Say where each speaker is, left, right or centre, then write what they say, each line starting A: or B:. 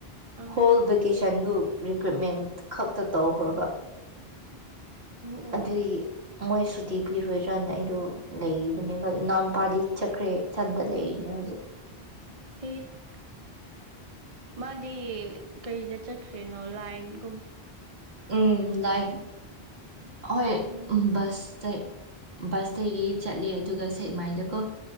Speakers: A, on the right (about 35°); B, on the right (about 80°).
A: ꯑꯥ
B: ꯍꯣꯜ ꯚꯦꯀꯦꯁꯟꯗꯨ ꯔꯤꯀ꯭ꯔꯨꯠꯃꯦꯟ ꯈꯛꯇ ꯇꯧꯈ꯭ꯔꯕ
A: ꯑꯣ ꯑꯣ
B: ꯑꯗꯨꯏ ꯃꯣꯏ ꯁꯨꯇꯤ ꯄꯤꯔꯣꯏꯗ꯭ꯔꯥꯅ ꯑꯩꯗꯣ ꯂꯩꯕꯅꯦꯃꯛ ꯏꯅꯥꯎꯟꯄꯥꯗꯤ ꯆꯛꯈ꯭ꯔꯦ ꯁꯟꯗ ꯂꯩꯔꯤꯅꯦ ꯍꯣꯖꯤꯛ
A: ꯏ ꯃꯥꯗꯤ ꯀꯩꯗ ꯆꯠꯈ꯭ꯔꯤꯅꯣ ꯂꯥꯏꯟꯒꯨꯝ
B: ꯎꯝ ꯂꯥꯏꯡ ꯍꯣꯏ
A: ꯎꯝ
B: ꯎꯝꯕꯁ ꯕꯁꯇꯒꯤ ꯆꯠꯂꯦ ꯑꯗꯨꯒ ꯁꯦꯛꯃꯥꯏꯗꯀꯣ